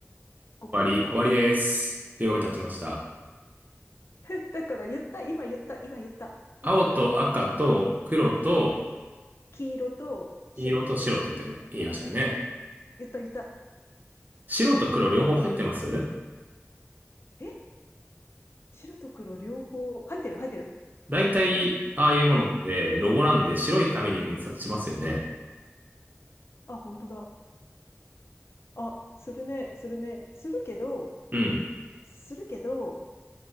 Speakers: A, on the left (about 60°); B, on the right (about 35°).
A: ここ言った。
B: 終わり。終わりです。15秒経ちました。
A: <laughs> だから言った、今言った、今言った、
B: 青と赤と黒と
A: 今言った。黄色と白。
B: 黄色と白って言って言いましたよね。
A: 言った、言った。
B: 白と黒両方入ってます
A: え白と黒両方、入ってる、入ってる。
B: 大体、ああいうものってロゴなんで白い紙にも印刷しますよね。
A: あ、本当だ。あ、するね、するね。するけど、
B: うん。
A: するけど、